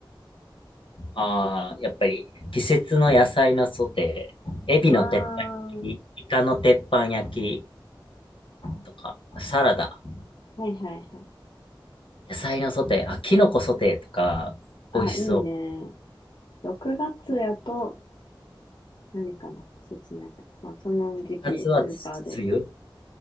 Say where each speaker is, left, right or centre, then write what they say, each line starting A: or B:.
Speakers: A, on the left (about 80°); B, on the left (about 60°).
A: ああ、やっぱり季節の野菜のソテー、エビの鉄板焼き、
B: ああ、は
A: イカの鉄板焼きとか、サラダ、
B: いはいはい。
A: 野菜のソテー、あ、キノコソテーとか、
B: あ、
A: 美味しそう。
B: いいね。6月やと、何かの季節の野菜。まあ、その時期、
A: 夏はつ、
B: スーパーで、
A: 梅雨